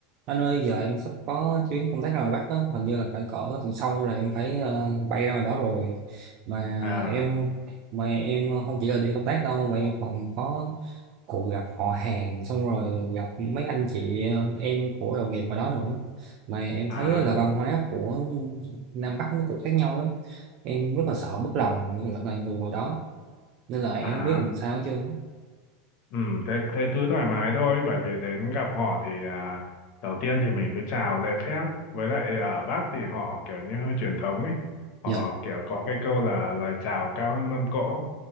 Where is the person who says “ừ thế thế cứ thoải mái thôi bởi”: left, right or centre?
Left